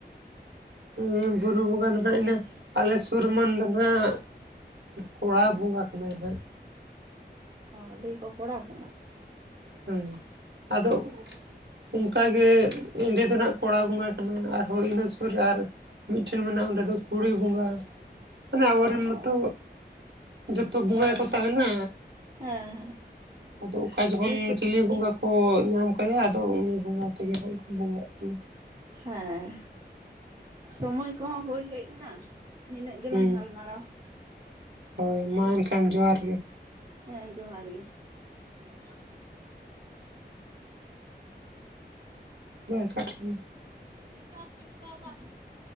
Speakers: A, on the right; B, on the right.
A: ᱦᱮᱸ ᱵᱩᱨᱩ ᱵᱚᱸᱜᱟ ᱫᱚ ᱱᱟᱜ ᱤᱱᱟᱹ ᱟᱞᱮ ᱥᱩᱨᱢᱟᱱ ᱫᱚ ᱱᱟᱸᱜ ᱠᱚᱲᱟ ᱵᱚᱸᱜᱟ ᱠᱟᱱᱟᱭ ᱦᱟᱸᱜ᱾
B: ᱚ ᱞᱟᱹᱭᱟ ᱠᱚ ᱠᱚᱲᱟ ᱵᱚᱸᱜᱟ?
A: ᱦᱮᱸ ᱟᱫᱚ ᱩᱱ ᱠᱟᱜᱮ ᱮᱸᱰᱮ ᱫᱚ ᱱᱟᱜ ᱠᱚᱲᱟ ᱵᱚᱸᱜᱟ ᱠᱟᱱᱟ ᱟᱨᱦᱚᱸ ᱤᱱᱟᱹ ᱥᱩᱨ ᱨᱮ ᱟᱨ ᱢᱤᱫᱴᱷᱮᱱ ᱢᱮᱱᱟᱜᱼᱟ ᱚᱸᱰᱮ ᱫᱚ ᱠᱩᱲᱤ ᱵᱚᱸᱜᱟ, ᱢᱟᱱᱮ ᱟᱵᱚᱨᱮᱱ
B: ᱚ ᱚ
A: ᱢᱟᱛᱚ ᱡᱚᱛᱚ ᱵᱚᱸᱜᱟ
B: ᱦᱮᱸ
A: ᱜᱮᱠᱚ
B: ᱦᱮᱸ
A: ᱛᱟᱦᱮᱱᱟ,
B: ᱦᱮᱸ ᱦᱮᱸ
A: ᱟᱫᱚ ᱚᱠᱟ ᱡᱚᱠᱷᱚᱱ
B: ᱟᱫᱚ
A: ᱪᱤᱞᱤ ᱵᱚᱸᱜᱟ ᱠᱚ ᱧᱟᱢ ᱠᱟᱭᱟ ᱟᱫᱚ ᱩᱱᱤ ᱵᱚᱸᱜᱟ ᱛᱮᱜᱮ ᱱᱟᱜ ᱠᱚ ᱵᱚᱸᱜᱟᱭᱮᱫ ᱛᱟᱦᱮᱱᱟ᱾
B: ᱦᱮᱸ ᱥᱚᱢᱚᱭ ᱠᱚᱦᱚᱸ ᱦᱩᱭ ᱦᱮᱡ ᱱᱟ᱾ ᱱᱤᱱᱟᱹᱜ ᱜᱮᱞᱟᱝ
A: ᱦᱮᱸ
B: ᱜᱟᱞᱢᱟᱨᱟᱣᱟ᱾
A: ᱦᱳᱭ ᱢᱟ ᱮᱱᱠᱷᱟᱱ ᱡᱚᱦᱟᱨ ᱜᱮ᱾
B: ᱦᱮᱸ ᱡᱚᱦᱟᱨ ᱜᱮ᱾ <inaudible> <inaudible>
A: ᱵᱟᱭ ᱠᱟᱴ ᱢᱮ᱾
B: <unintelligible>